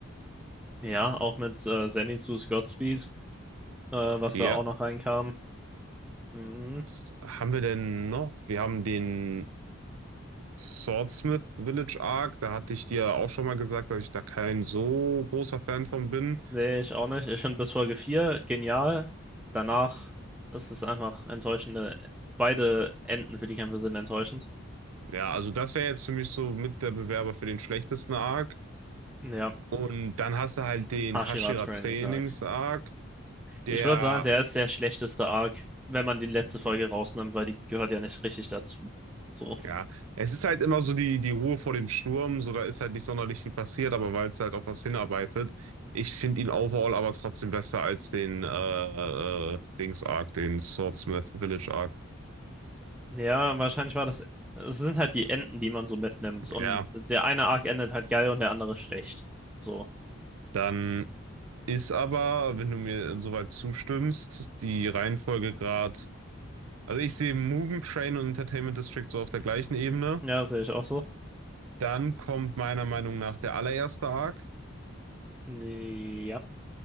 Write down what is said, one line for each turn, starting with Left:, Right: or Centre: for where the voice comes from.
Centre: Ja, auch mit äh, Zenitsu's Godspeed, äh, was
Right: Ja.
Centre: da auch noch reinkam. Mhm.
Right: Was haben wir denn noch? Wir haben den Swordsmith Village Arc. Da hatte ich dir auch schon mal gesagt, dass ich da kein so großer Fan von bin.
Centre: Nee, ich auch nicht. Ich finde bis Folge 4 genial. Danach ist es einfach enttäuschende. Beide Enden für die Kämpfe sind enttäuschend.
Right: Ja, also das wäre jetzt für mich so mit der Bewerber für den schlechtesten Arc.
Centre: Ja,
Right: Und dann hast du halt den
Centre: Hashira
Right: Hashira
Centre: Training,
Right: Trainings
Centre: sag ich.
Right: Arc, der,
Centre: Ich würde sagen, der ist der schlechteste Arc, wenn man die letzte Folge rausnimmt, weil die gehört ja nicht richtig dazu. So.
Right: ja, es ist halt immer so die, die Ruhe vor dem Sturm. So, da ist halt nicht sonderlich viel passiert, aber weil es halt auf was hinarbeitet. Ich finde ihn overall aber trotzdem besser als den äh, äh, Dings Arc, den Swordsmith Village Arc.
Centre: Ja, wahrscheinlich war das. Es sind halt die Enden, die man so mitnimmt. Und
Right: Ja,
Centre: der eine Arc endet halt geil und der andere schlecht. So.
Right: dann ist aber, wenn du mir insoweit zustimmst, die Reihenfolge gerade. Also ich sehe Mugen Train und Entertainment District so auf der gleichen Ebene.
Centre: Ja, das sehe ich auch so.
Right: Dann kommt meiner Meinung nach der allererste Arc.
Centre: Ja,